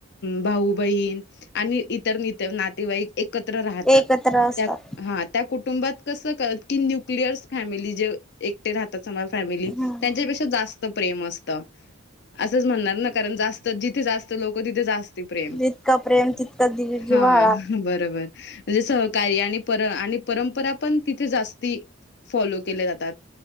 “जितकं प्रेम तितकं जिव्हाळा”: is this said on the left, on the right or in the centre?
Centre